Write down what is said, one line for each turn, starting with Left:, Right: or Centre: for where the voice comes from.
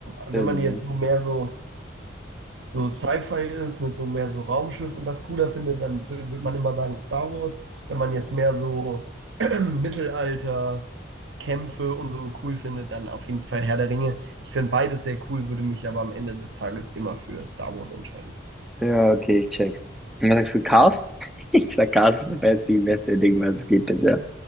Right: wenn
Centre: Film,
Right: man jetzt
Centre: ne?
Right: so mehr so, so Sci-Fi ist, mit so mehr so Raumschiff und das cooler findet, dann würde man immer sagen Star Wars. Wenn man jetzt mehr so <clears throat> Mittelalter, Kämpfe und so cool findet, dann auf jeden Fall Herr der Ringe. Ich finde beides sehr cool, würde mich aber am Ende des Tages immer für Star Wars entscheiden.
Centre: Ja, okay, ich check. Und was sagst du, Cars? <laughs> Ich sag, Cars ist das beste, die beste Ding, was es gibt bisher.